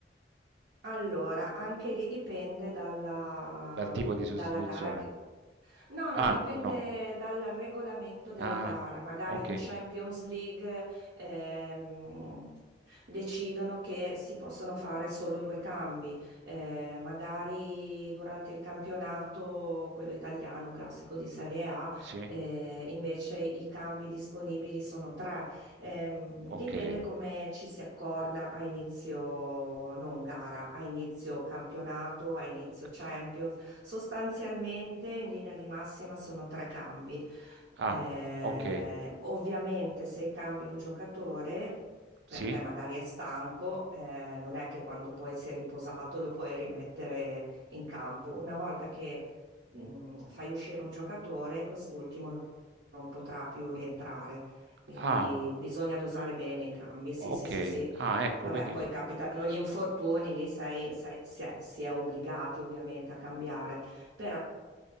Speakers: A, on the right (about 85°); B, on the right (about 75°).
A: Allora, anche lì dipende dalla,
B: dal tipo
A: mm,
B: di sostituzione?
A: dalla gara. che- No,
B: Ah,
A: no, dipende
B: no.
A: dal regolamento della
B: Ah,
A: gara. Magari
B: okay.
A: in Champions League ehm, decidono che si possono fare solo due cambi. Eh, magari durante il campionato, quello italiano classico di Serie A,
B: Sì,
A: eh, invece i cambi disponibili sono tre. Ehm,
B: okay.
A: dipende come ci si accorda a inizio non gara, a inizio campionato, a inizio
B: Oc
A: Champions. Sostanzialmente, in linea di massima, sono tre cambi.
B: ah,
A: Eh,
B: okay.
A: ovviamente, se cambi un giocatore, perché
B: Sì?
A: magari è stanco, eh, non è che quando poi si è riposato lo puoi rimettere in campo. Una volta che mh, fai uscire un giocatore, quest'ultimo non potrà più rientrare. Quindi
B: Ah,
A: bisogna dosare bene i cambi. Sì,
B: okay.
A: sì, sì, sì.
B: Ah, ecco,
A: Vabbè,
B: quindi
A: poi capitano gli infortuni, lì sei- sei- si è, si è obbligati ovviamente a cambiare, però